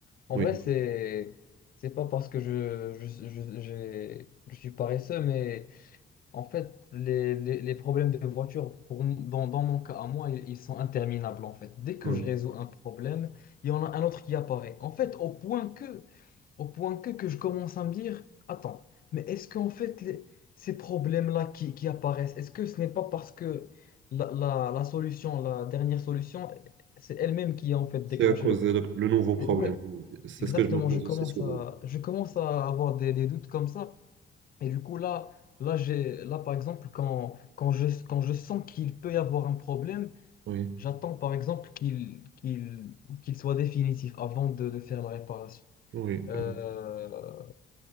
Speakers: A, on the left; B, on the right.
A: en
B: oui,
A: vrai, c'est, c'est pas parce que je, je, je, j'ai- je suis paresseux, mais en fait, les, les- les problèmes de voiture, pour, m- dans, dans mon cas à moi, ils, ils sont interminables en fait. Dès que
B: oui.
A: je résous un problème, il y en a un autre qui apparaît. En fait, au point que, au point que, que je commence à me dire, attends, mais est-ce qu'en fait, les- ces problèmes-là qui, qui apparaissent, est-ce que ce n'est pas parce que la, la- la solution, la dernière solution, c'est elle-même qui a en fait déclenché
B: C'est à cause
A: le problème?
B: de le, le nouveau problème.
A: Et Ouais,
B: C'est
A: exactement,
B: ce que je me pose
A: je commence
B: aussi souvent.
A: à, je commence à avoir des des doutes comme ça. Et du coup, là, là, j'ai, là par exemple, quand, quand je, quand je sens qu'il peut y avoir un problème,
B: Oui,
A: j'attends, par exemple, qu'il qu'il, qu'il soit définitif avant de, de faire la réparation.
B: oui,
A: Euh,
B: oui.